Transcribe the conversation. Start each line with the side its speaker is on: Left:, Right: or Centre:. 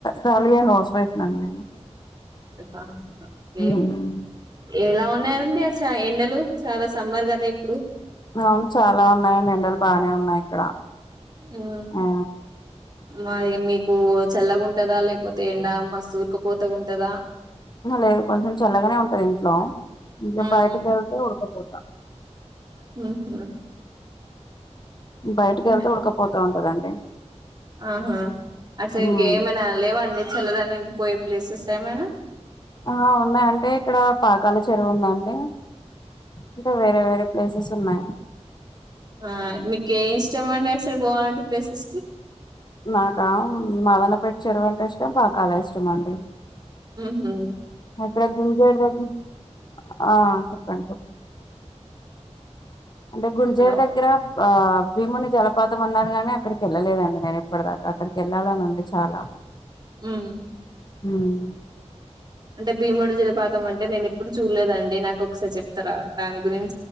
Left: కాలిగా హౌస్వాయిఫ అండి నేను
Right: ఆ ఏ
Left: ఉమ్.
Right: ఎలా ఉన్నాారంండి ఆ చ ఎండలు చాలా సమ్మారు కదా ఇప్పుడు
Left: అవును చాలా ఉన్నాయండి ఎండలు బానే ఉన్నాయి ఇక్కడ
Right: ఊమ్
Left: ఆ
Right: మరి మీకు చల్లగుంటదా లేకపోతే ఎండా మస్ ఉకపోత ఉంటదా
Left: లేదు కొంచెం చల్లగానే ఉంటది ఇంట్లో ఇక
Right: మ్మ్.
Left: బాయట కేళ్తే ఉడుకపోతా
Right: ఊహ్మ్
Left: బయటకి
Right: ఇ
Left: వెళ్తే
Right: <unintelligible>
Left: ఉడకపోతా ఉంటదండి
Right: ఆహా అసలింకేమైనా
Left: ఉమ్.
Right: లేవాండి చల్లదానికి పోయే ప్లేసెస్ ఏమైనా
Left: ఆ ఉన్నాయంటే క్కడ పాకాల చెరువు ఉందండి ఇంకా వేరే వేరే ప్లేసెస్ వున్నాయి
Right: ఆ మీకే ఇష్టం అండి అసలు బాగుండే ప్లేసెస్కి
Left: నాకా మదన పెట్టి చెరువు అంటే ఇష్టం పాకాల ఇష్టం అండి
Right: ఊహూ
Left: అక్కడ గుంజేడు దగ్గ <unintelligible> ఆ చెప్పండి చెప్పండి అంటే గుంజేడి
Right: హలో
Left: దగ్గర ఆ భీముని జలపాతం అన్నారు గాని అక్కడికెళ్ళలేదండి నేను ఇప్పటి దాకా అక్కడికెళ్ళాలని ఉంది చాలా
Right: ఉమ్
Left: మ్మ్
Right: అంటే భీముడు జలపాతం అంటే నేనెప్పుడు చూడలేదండి నాకొకసారి చెప్తారా దాని గురిం